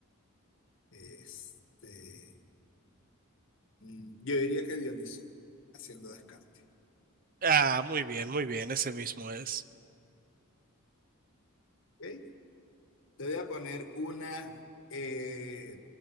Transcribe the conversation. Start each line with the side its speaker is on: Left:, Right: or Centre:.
Left: Este, mm, yo diría que Dionisio, haciendo descarte.
Right: Ah, muy bien, muy bien. Ese mismo es.
Left: ¿ok? Te voy a poner una, eh,